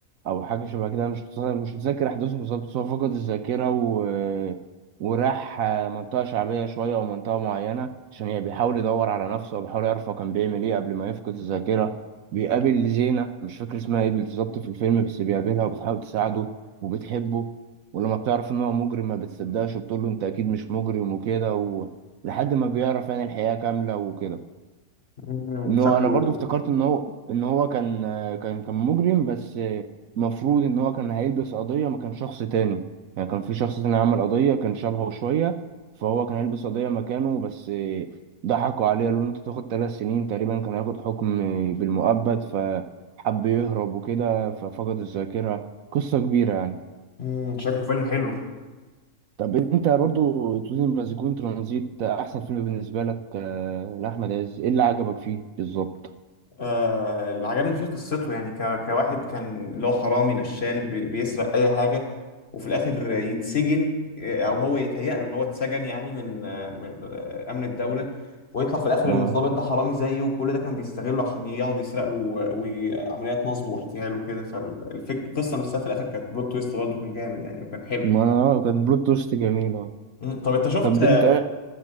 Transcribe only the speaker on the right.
او حاجه شبه كده أنا مش متذ- مش متذكر احداثه بالظبط بس هو فقد الذاكره و... وراح منطقه شعبيه شويه او منطقه معينه عشان يعني بيحاول يدور على نفسه وبيحاول يعرف هو كان بيعمل ايه قبل ما يفقد الذاكره بيقابل زينه مش فاكر اسمها ايه بالظبط في الفيلم بس بيقابلها وبتحاول تساعده وبتحبه ولما بتعرف ان هو مجرم ما بتصدقش وبتقول له انت اكيد مش مجرم وكده و... لحد ما بيعرف يعني الحقيقه كامله وكده
ان
هو انا برضو افتكرت ان هو ان هو كان كان كان مجرم بس المفروض ان هو كان هيلبس قضية ما كان شخص تاني يعني كان في شخص تاني عمل قضية كان شبهه شوية فهو كان هيلبس قضية مكانه بس ضحكوا عليه قالوا له انت تاخد ثلاث سنين تقريبا كان هياخد حكم بالمؤبد فحب يهرب وكده ففقد الذاكرة قصة كبيرة يعني
طب انت برضو تقولي مسجون ترانزيت احسن فيلم بالنسبة لك آه، لأحمد عز ايه اللي عجبك فيه بالظبط؟
اه
ما انا اه كان بلوت توست جميل اه
طب
انت ايه